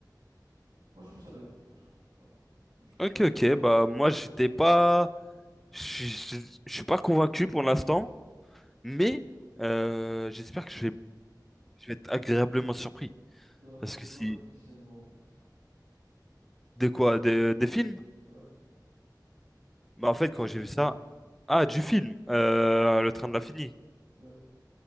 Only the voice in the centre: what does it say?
Ok,
ok. Bah,
moi,
j'étais
pas. Je je- je suis pas convaincu pour l'instant. Mais euh, j'espère que je vais... je vais être
agréablement surpris.
Parce que si.
De quoi? Des, des films?
Bah,
en fait,
quand
j'ai vu ça.
Ah, du film. euh,
Le Train de l'Infini.